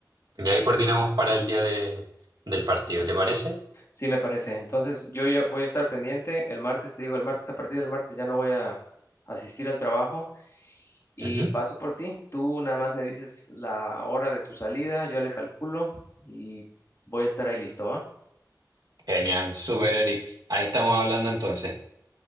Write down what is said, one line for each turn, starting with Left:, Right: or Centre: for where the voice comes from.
Right: y ahí coordinamos para el día de, del partido, ¿te parece?
Left: sí me parece. Entonces yo ya voy a estar pendiente. El martes, te digo, el martes, a partir del martes ya no voy a asistir al trabajo y
Right: Ujú.
Left: paso por ti. Tú nada más me dices la hora de tu salida, yo le calculo y voy a estar ahí listo, ¿va?
Right: Genial, super Eric. Ahí estamos hablando entonces.